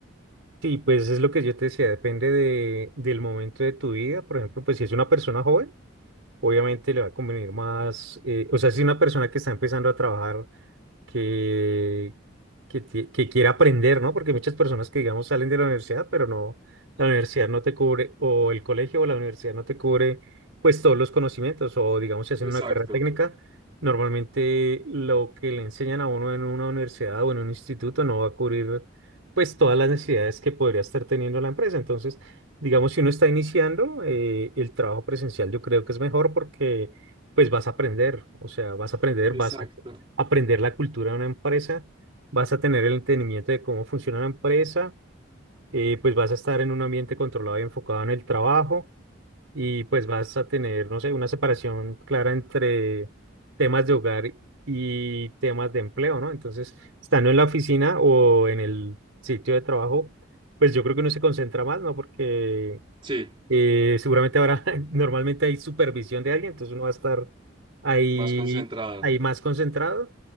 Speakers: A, on the right; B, on the right.
A: Sí, pues es lo que yo te decía, depende de, del momento de tu vida. Por ejemplo, pues si es una persona joven, obviamente le va a convenir más, eh, o sea, si es una persona que está empezando a trabajar, que, que, ti- que quiera aprender, ¿no? Porque muchas personas que, digamos, salen de la universidad, pero no, la universidad no te cubre, o el colegio o la universidad no te cubre, pues todos los conocimientos, o digamos, si hacen
B: Exacto,
A: una carrera técnica, normalmente lo que le enseñan a uno en una universidad o en un instituto no va a cubrir, pues, todas las necesidades que podría estar teniendo la empresa. Entonces, digamos, si uno está iniciando, eh, el trabajo presencial yo creo que es mejor porque, pues, vas a aprender, o sea, vas a aprender,
B: exacto.
A: vas a aprender la cultura de una empresa, vas a tener el entendimiento de cómo funciona la empresa, eh, pues vas a estar en un ambiente controlado y enfocado en el trabajo y pues vas a tener, no sé, una separación clara entre temas de hogar y temas de empleo, ¿no? Entonces, estando en la oficina o en el sitio de trabajo, pues yo creo que uno se concentra más, ¿no? Porque
B: Sí,
A: eh, seguramente ahora <laughs> normalmente hay supervisión de alguien, entonces uno va a estar ahí,
B: más concentrado
A: ahí más concentrado